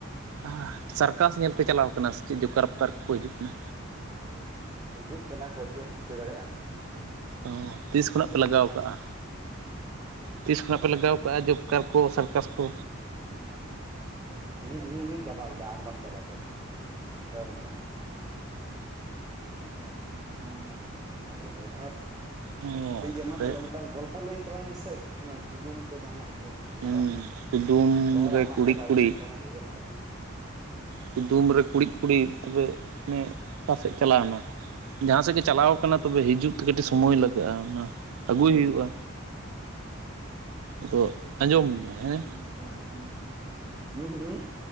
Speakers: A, on the right; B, on the right.
A: ᱟ ᱥᱟᱨᱠᱟᱥ ᱧᱮᱞ ᱯᱮ ᱪᱟᱞᱟᱣ ᱟᱠᱟᱱᱟ ᱥᱮ ᱪᱮᱫ ᱡᱚᱠᱟᱨ ᱯᱷᱚᱠᱟᱨ ᱠᱚᱠᱚ ᱦᱤᱡᱩᱜ ᱠᱟᱱᱟ
B: ᱦᱳᱭ ᱦᱤᱡᱩᱜ ᱠᱟᱱᱟ ᱠᱚ ᱪᱮᱫ ᱮᱢ ᱪᱤᱠᱟᱹ ᱫᱟᱲᱮᱭᱟᱜᱼᱟ᱾
A: ᱚᱸ ᱛᱤᱥ
B: ᱡᱚᱠᱟᱨ
A: ᱠᱷᱚᱱᱟᱜ
B: ᱠᱚ
A: ᱯᱮ
B: ᱦᱤᱡᱩᱜ
A: ᱞᱟᱜᱟᱣ
B: ᱠᱷᱟᱱ
A: ᱠᱟᱜᱼᱟ? ᱛᱤᱥ ᱠᱷᱚᱱᱟᱜ ᱯᱮ ᱞᱟᱜᱟᱣ ᱠᱟᱜᱼᱟ ᱡᱚᱵᱠᱟᱲ ᱠᱚ ᱥᱟᱨᱠᱟᱥ ᱠᱚ?
B: <unintelligible> ᱟᱞᱤ ᱟᱹᱞᱤᱧ ᱞᱤᱧ ᱪᱟᱵᱟ ᱞᱮᱫᱟ ᱟᱢ ᱵᱟᱢ ᱪᱟᱵᱟ ᱠᱮ ᱨᱮᱦᱚᱸ᱾ ᱛᱚᱨ ᱢᱮ ᱦᱮᱸ ᱢᱟᱹᱨᱤᱪ ᱤᱧ ᱨᱚᱦᱚ ᱫᱟᱞᱮ ᱨᱚᱜᱟ ᱨᱚᱜᱟ ᱦᱮᱸ ᱛᱚ ᱾
A: ᱚ
B: ᱴᱷᱤᱠᱜᱮᱭᱟ
A: ᱛᱚᱵᱮ
B: ᱢᱟ ᱛᱟᱦᱞᱮ ᱢᱤᱫᱴᱟᱝ ᱜᱚᱞᱯᱚ ᱞᱟᱹᱭᱟᱹᱧ ᱛᱟᱞᱟᱝ ᱢᱮᱥᱮ ᱚᱱᱟ ᱠᱩᱫᱩᱢ ᱠᱚ ᱡᱟᱦᱟᱱᱟᱜ ᱜᱮ᱾ ᱚᱠᱟ
A: ᱦᱩᱸ
B: ᱢᱟᱨᱟᱝ ᱧᱚᱜᱼᱟ᱾
A: ᱠᱩᱫᱩᱢ
B: ᱨᱚᱲ
A: ᱨᱮ
B: ᱟᱢᱟᱜ
A: ᱠᱩᱲᱤᱫ
B: ᱜᱮ ᱵᱟᱹᱲᱛᱤᱜ
A: ᱠᱩᱲᱤᱫ
B: ᱛᱟᱢᱟ ᱰᱷᱮᱨᱚᱜ ᱛᱟᱢᱟ᱾
A: ᱠᱩᱫᱩᱢ ᱨᱮ ᱠᱩᱲᱤᱫ ᱠᱩᱲᱤᱫ ᱛᱚᱵᱮ ᱚᱱᱮ ᱚᱠᱟ ᱥᱮᱫ ᱪᱟᱞᱟᱣ ᱮᱱᱟ? ᱡᱟᱦᱟᱸ ᱥᱮᱫ ᱜᱮ ᱪᱟᱞᱟᱣ ᱠᱟᱱᱟ ᱛᱚᱵᱮ ᱦᱤᱡᱩᱜ ᱛᱮ ᱠᱟᱹᱴᱤᱡ ᱥᱳᱢᱚᱭ ᱞᱟᱜᱟᱜᱼᱟ ᱚᱱᱟ ᱟᱹᱜᱩᱭ
B: ᱦᱩᱸ
A: ᱦᱩᱭᱩᱜᱼᱟ᱾ ᱟᱫᱚ ᱟᱸᱡᱚᱢ
B: ᱟᱹᱰᱤ
A: ᱢᱮ ᱦᱮᱸ
B: ᱪᱩᱦᱟᱱ ᱡᱤᱱᱤᱥ ᱠᱚᱭᱚᱜ ᱞᱮᱠᱷᱟᱱ ᱱᱚᱜᱼᱱᱟ ᱨᱮᱱᱟᱜ ᱢᱮᱫ ᱩᱸ ᱦᱩᱸᱜᱼᱩᱸ